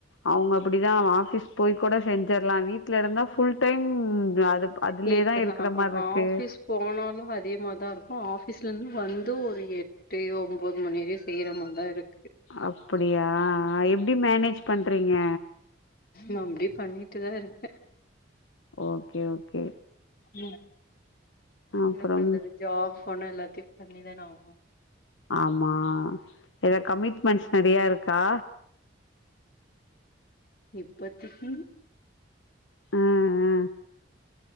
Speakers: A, on the left (about 80°); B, on the left (about 50°).
A: அவுங்க அப்டிதா அவ ஆஃபீஸ் போய் கூட செஞ்சற்லா வீட்லருந்தா ஃபுல் டைம் அது அதுலயேதா
B: இப்ப
A: இருக்ற
B: நா
A: மார்ருக்கு
B: ஆஃபீஸ் போனாலு அதே மாதாருக்கு ஆஃபீஸ்லந்து வந்து ஒரு எ ட்றயோ ஒம்போது மணி வரையி செய்ற மார்தாருக்கு
A: அப்டியா எப்டி மேனேஜ் பண்றீங்க
B: மப்டி பண்ணிட்டுதா இருக்கே
A: ஓகே ஓகே
B: ம்
A: அப்புறம்
B: என்ன பண்றது ஜாப் ஃபோனா எல்லாத்தையு பண்ணிதானே ஆவ்னு
A: ஆமா எது கமிட்மென்ட்ஸ் நறையாருக்கா
B: இப்பத்திக்கி
A: ஆ ஆ